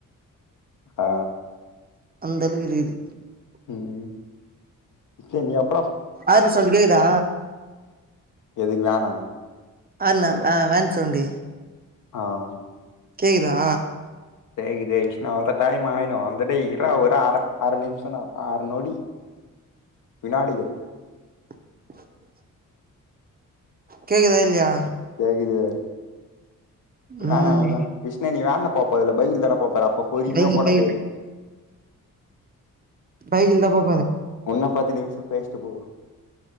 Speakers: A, on the left; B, on the right.
A: அ
B: <unintelligible>
A: உம் தன <unintelligible>
B: அ சொல் கேக்தா
A: எதுக்கு வேணா
B: அண்ண வேன் சாவுன்டு
A: ஆஹ்
B: கேக்குதா
A: கேக்குது விஷ்ணு அவ்ளுதா டைம் ஆயிரு டேய் இர்ர ஒரு அர நிமி அர நிமிஷம் நொடி நாடி
B: <inaudible> கேக்குதா இல்லயா
A: கேக்குது வேன
B: ம்
A: மாப் விஷ்ணு நீ் வான்லா போ ல பைக்லா தா போ போற போ போறீங்களா
B: பைக்கு
A: போ
B: பைக்
A: டேய்
B: பை இந்தாப் போ
A: உன்ன பாத்தினிங் பேஷ்ட் போவு